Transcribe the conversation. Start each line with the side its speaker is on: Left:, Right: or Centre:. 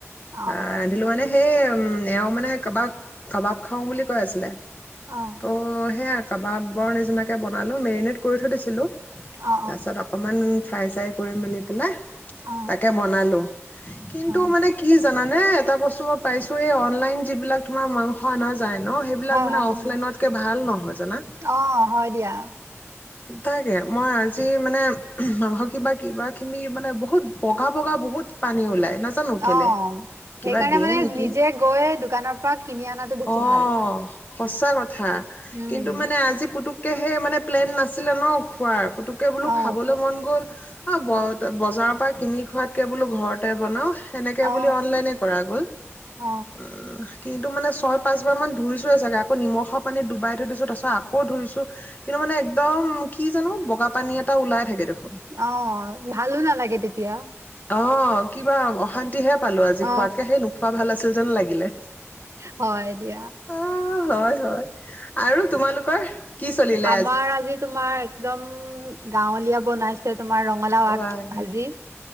Right: অ অ
Left: আ, ৰান্ধিলোঁ মানে সেই উম, এওঁ মানে কাবাব, কাবাব খাওঁ বুলি কৈ আছিলে।
Right: অ
Left: ত' সেইয়া কাবাবৰ নিচিনাকে বনালোঁ মেৰিনেট কৰি থৈ দিছিলোঁ।
Right: অ
Left: তাছত অকমান ফ্ৰাই, চাই কৰি মেলি পেলাই
Right: অ অ
Left: তাকে, বনালোঁ কিন্তু
Right: অ
Left: মানে কি জানানে? এটা বস্তু মই পাইছোঁ এ, অনলাইন যিবিলাক তোমাৰ মাংস আনা যায় ন' সেইবিলাক
Right: হয়
Left: মানে
Right: হয়
Left: অফলাইনতকে
Right: উম।
Left: ভাল নহয় জানা?
Right: অ হয় দিয়া
Left: তাকে, মই আজি মানে মাংস কিবাকিবি মানে বহুত বগা, বগা বহুত পানী ওলাই। নাজানো কেলে
Right: অ',
Left: কিবা
Right: সেইকাৰনে
Left: দিয়ে
Right: মানে
Left: নেকি
Right: নিজে গৈ দোকানৰ পৰা কিনি আনাতো বেছি
Left: অ'
Right: ভাল।
Left: সঁচা ক থা,
Right: উম
Left: কিন্তু মানে আজি পুতুক কে হে মানে প্লেন <unintelligible> <unintelligible> ন' খোৱাৰ পুতুককে বোলো
Right: অ
Left: খাবলে মন গ'ল। অ, ব বজাৰৰ পৰা কিনি খোৱাতকৈ ঘৰতে বনাও। সেনেকে
Right: অ
Left: বুলি অনলাইন এ কৰা গ'ল।
Right: অ
Left: উ কিন্তু মানে ছয় পাঁচ বাৰ মান ধুইছোৱে চাগে, আকৌ নিমখৰ পানীত ডুবাই থৈ দিছো। তাৰপিছত আকৌ ধুইছোঁ। কিন্তু মানে একদম, কি জানো বগা পানী এটা ওলাই থাকে দেখো
Right: অ, ভালো নালাগে তেত তিয়া।
Left: অ', কিবা অশান তি হে পালোঁ,
Right: অ
Left: নোখোৱা ভাল আছিল যেন লাগিলে।
Right: হয় দিয়া
Left: অ অ', হয় হয়, আৰু তোমালোকৰ? কি চলিলে
Right: আমাৰ আজি তোমাৰ একদম ম, গাঁওলীয়া বনাইছে। তোমাৰ ৰঙালাও
Left: অ
Right: আগ
Left: আই
Right: ভাঁজি।